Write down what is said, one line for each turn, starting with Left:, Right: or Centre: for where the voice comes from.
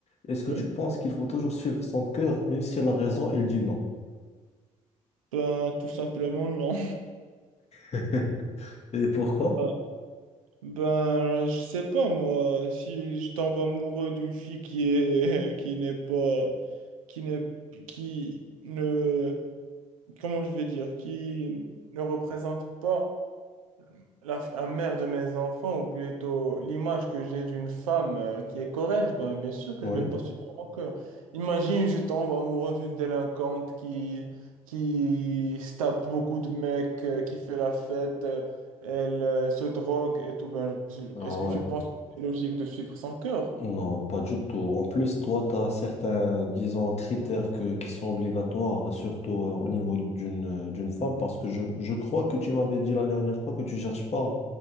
Left: Est-ce
Right: Oui.
Left: que tu penses qu'il faut toujours suivre son cœur, même si la raison, elle dit non?
Right: Ben, tout simplement, non.
Left: <laughs> Et pourquoi?
Right: <laughs> Ben, je sais pas, moi, si je tombe amoureux d'une fille qui est, <laughs> qui n'est pas, qui n'est, qui ne, comment je vais dire, qui ne représente pas. La, f- la mère de mes enfants, ou plutôt l'image que j'ai d'une femme euh, qui est correcte, ben, bien sûr que
Left: Oui.
Right: je vais pas suivre mon cœur. Imagine, je tombe amoureux d'une délinquante qui, qui se tape beaucoup de mecs, euh, qui fait la fête, euh, elle euh, se drogue et tout. Ben, je-
Left: Ah
Right: est-ce que
Left: ouais.
Right: tu penses que c'est logique de suivre son cœur?
Left: Non, pas du tout. En plus, toi, tu as certains, disons, critères que, qui sont obligatoires, surtout euh, au niveau d'une euh, d'une femme, parce que je, je crois que tu m'avais dit la dernière fois que tu cherches pas